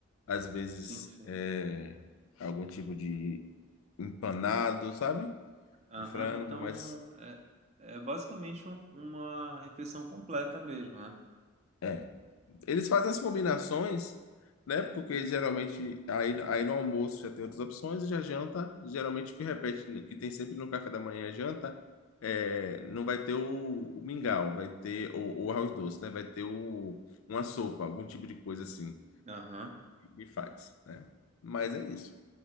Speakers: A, on the left; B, on the right.
A: às vezes
B: Sim, sim.
A: é, algum tipo de empanado, sabe?
B: Aham,
A: De frango,
B: Então
A: mas
B: é, é basicamente um- uma refeição completa mesmo, né?
A: é. Eles fazem as combinações, né? Porque geralmente aí, aí no almoço já tem outras opções, e já janta, geralmente o que repete, que tem sempre no café da manhã é janta, é, não vai ter o, o mingau, vai ter o, o arroz doce, né? Vai ter o, uma sopa, algum tipo de coisa assim
B: Aham.
A: que faz, né? Mas é isso.